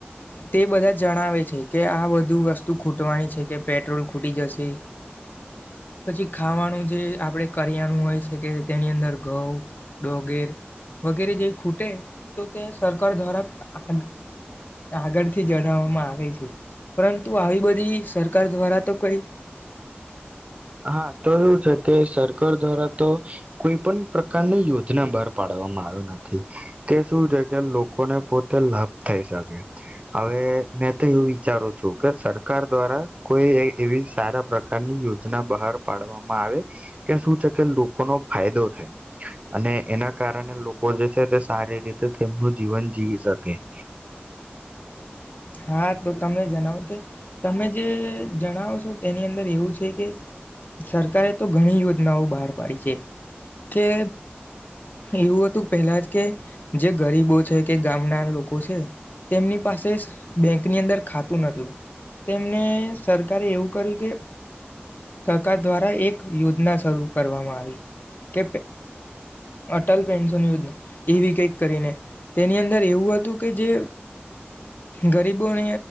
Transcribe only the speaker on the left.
તે બધા જણાવે છે કે આ બધું વસ્તુ ખૂટવાની છે કે પેટ્રોલ ખૂટી જશે પછી ખાવાનું જે આપડે કરિયાણું હોય છે કે તેની અંદર ઘઉં ડોગેર વગેરે જે ખૂટે તો તે સરકાર દ્વારા આ આગળથી જણાવવામાં આવે છે પરંતુ આવી બધી સરકાર દ્વારા તો કઈ
હા તો તમે જણાવો કે તમે જે જણાવોો તેની અંદર એવું છે કે સરકારે તો ઘણી યોજનાઓ બહાર પાડી છે કે એવું હતું પહેલા જ કે જે ગરીબો છે કે ગામના લોકો છે તેમની પાસે બેંક ની અંદર ખાતું નતું તેમને સરકારે એવું કર્યું કે સરકાર દ્વારા એક યોજના શરૂ કરવામાં આવી કે અટલ પેન્શન યોજના એવી ક કરીને તેની અંદર એવું હતું કે જે ગરીબોને